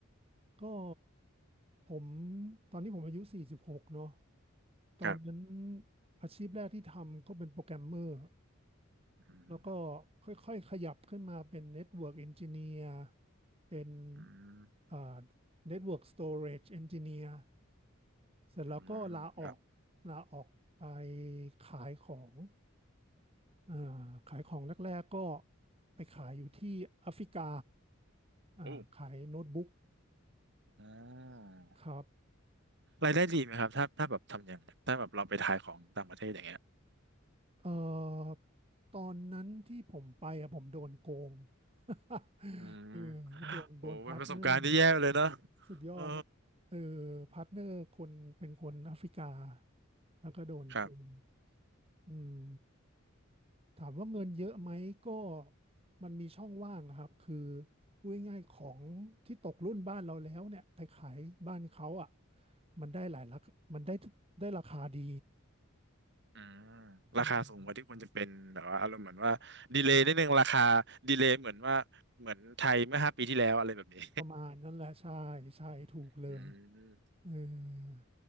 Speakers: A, on the right; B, on the right.
A: ก็ผมตอนนี้ผมอายุสี่สิบหกเนาะตอนนั้น
B: ครับ
A: อาชีพแรกที่ทำก็เป็นโปรแกรมเมอร์
B: อืม
A: แล้วก็ค่อยๆขยับขึ้นมาเป็นเน็ตเวิร์กเอนจิเนียร์เป็น
B: อืม
A: อ่าเน็ตเวิร์กสโตเรจเอนจิเนียร์เสร็จแล้วก็ลาออก
B: อืมครับ
A: ลาออกไปขายของอ่าขายของแรกๆก็ไปขายอยู่ที่แอฟริกา อ่าขายโน้ตบุ๊ก
B: โอ้อ๋อ
A: ครับอ่า
B: รายได้ดีไหมครับถ้าถ้าแบบทำอย่างถ้าแบบเราไปขายของต่างประเทศอย่างเงี้ย
A: เอ่อตอนนั้นที่ผมไปอะผมโดนโกง <laughs>
B: อืม
A: เออโดนโดนพาร์ทเนอร์
B: โอ้เป็นประสบการณ์ที่แย่เลยเนอะ
A: สุดยอดอะเออ
B: เออ
A: พาร์ทเนอร์คนเป็นคนแอฟริกาแล้วก็โดนโกง
B: ครับ
A: อืมถามว่าเงินเยอะไหมก็มันมีช่องว่างอะครับคือพูดง่ายๆของที่ตกรุ่นบ้านเราแล้วเนี่ยไปขายบ้านเขาอ่ะมันได้หลายราคามันได้ได้ราคาดี
B: อืม
A: อืม
B: ราคาสูงกว่าที่ควรจะเป็นแบบว่าอารมณ์เหมือนว่าดีเลย์นิดนึงราคาดีเลย์เหมือนว่าเหมือนไทยเมื่อห้าปีที่แล้วอะไรแบบนี้
A: ใช่ ประมาณนั้นแหละใช่ใช่ถูกเลย
B: <laughs> อืม
A: เออ